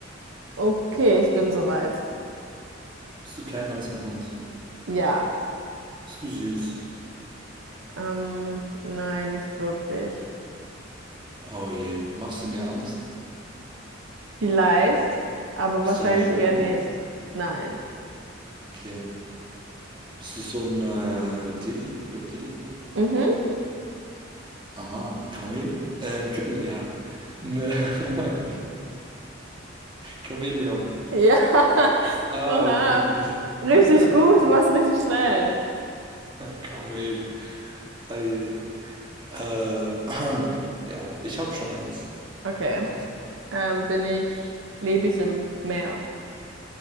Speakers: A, on the right; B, on the right.
A: okay, ich bin soweit.
B: Bist du kleiner als ein Hund?
A: Ja.
B: Bist du süß?
A: Ähm, nein, nicht wirklich.
B: Oh je. Machst du mir Angst?
A: Vielleicht, aber
B: Bist
A: wahrscheinlich
B: du eine Spinne?
A: eher nicht. Nein.
B: Okay. Bist du so ein äh, Reptilien? Reptilio?
A: Mhm.
B: Aha, ein Kamel? Äh, ein, Ka- ja, ne <laughs> Chamäleon.
A: Ja. <laughs>
B: Ah,
A: Oha.
B: okay, nice.
A: Richtig
B: <laughs>
A: gut, du warst richtig schnell.
B: Kamel. Ei. Äh, <clears throat> ja, ich habe schon eins.
A: Okay.
B: Kannst,
A: Ähm, bin ich, lebe ich im Meer?